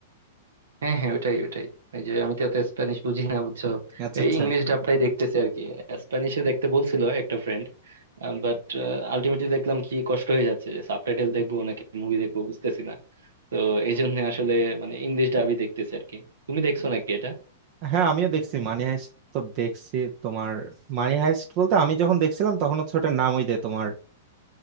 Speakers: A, on the right; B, on the right.
A: হ্যাঁ হ্যাঁ ওটাই ওটাই এই যে আমি তো এত স্প্যানিশ বুঝি না বুঝছো
B: আচ্ছা
A: এই
B: আচ্ছা
A: ইংলিশ ডাবটাই দেখতেছি আর কি স্প্যানিশে দেখতে বলছিল একটা ফ্রেন্ড বাট আলটিমেটলি দেখলাম কি কষ্ট হয়ে যাচ্ছে যে সাবটাইটেল দেখবো নাকি মুভি দেখবো বুঝতেছি না তো এই জন্য আসলে মানে ইংলিশ ডাবই দেখতেছি আর কি তুমি দেখছো নাকি এটা
B: হ্যাঁ আমিও দেখছি মানি হাইস্ট তো দেখছি তোমার মানি হাইস্ট বলতে আমি যখন দেখছিলাম তখন হচ্ছে ওটার নাম ওই যে তোমার